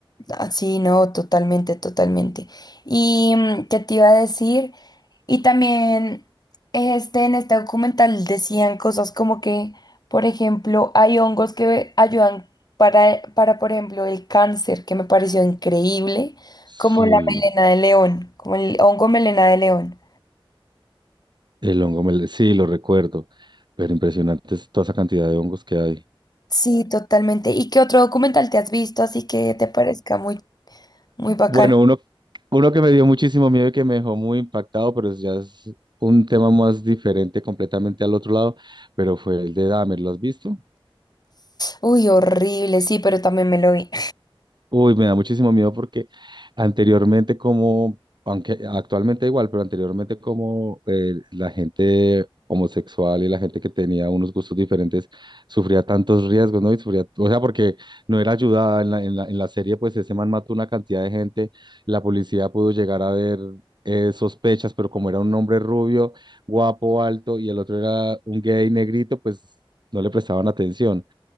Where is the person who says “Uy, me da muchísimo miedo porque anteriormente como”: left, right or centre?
Right